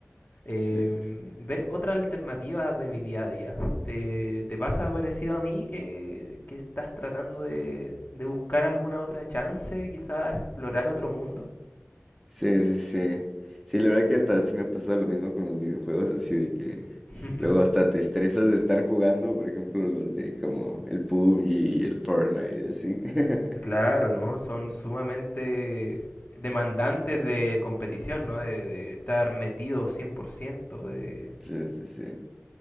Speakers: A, on the left; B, in the centre.
A: eh,
B: sí, sí. sí.
A: ver otra alternativa de mi día a día. ¿Te, te pasa parecido a mí que, que estás tratando de, de buscar alguna otra chance, quizás explorar otro mundo?
B: Sí, sí, sí. Sí, la verdad que hasta sí me pasa lo mismo con los videojuegos, así de que
A: <laughs>
B: luego hasta te estresas de estar jugando, por ejemplo, los de como el pub y el Fortnite y así. <laughs>
A: Claro, ¿no? Son sumamente demandantes de competición, ¿no? De, de estar metido 100%, de...
B: Sí, sí, sí.